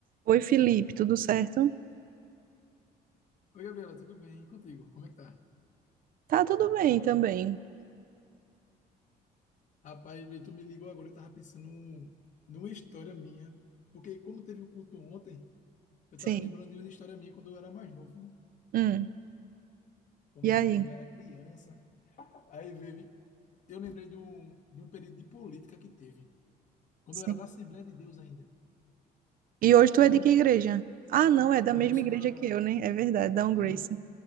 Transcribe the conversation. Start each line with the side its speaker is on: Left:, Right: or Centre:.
Right: Oi, Felipe, tudo certo?
Left: Oi, Gabriela, tudo bem? E contigo? Como é que tá?
Right: Tá tudo bem também.
Left: Rapaz, Vitor, tu me ligou agora, eu tava pensando num- numa história minha, porque como teve o culto ontem, eu
Right: Sim.
Left: tava lembrando de uma história minha quando eu era mais novo, né?
Right: Hum.
Left: Como-
Right: E aí?
Left: Quando eu era criança. Aí, Vivi, eu lembrei de um, de um período de política que teve, quando
Right: Sim.
Left: eu era da Assembleia de Deus ainda.
Right: E hoje tu
Left: Teve
Right: é de
Left: um...
Right: que igreja? Ah, não, é da
Left: Hoje
Right: mesma
Left: eu sou
Right: igreja
Left: da...
Right: que eu, né? É verdade, da Um
Left: Hã?
Right: Grace.